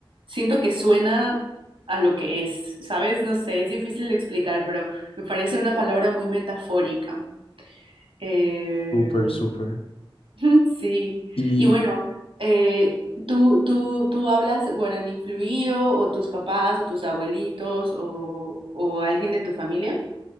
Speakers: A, on the right (about 70°); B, on the left (about 75°).
A: siento que suena a lo que es, ¿sabes? No sé, es difícil de explicar, pero me parece una palabra muy metafórica. Eh,
B: súper, súper.
A: <laughs> Sí,
B: Y
A: y bueno, eh, ¿tú, tú, tú hablas guaraní fluido o tus papás o tus abuelitos o, o alguien de tu familia?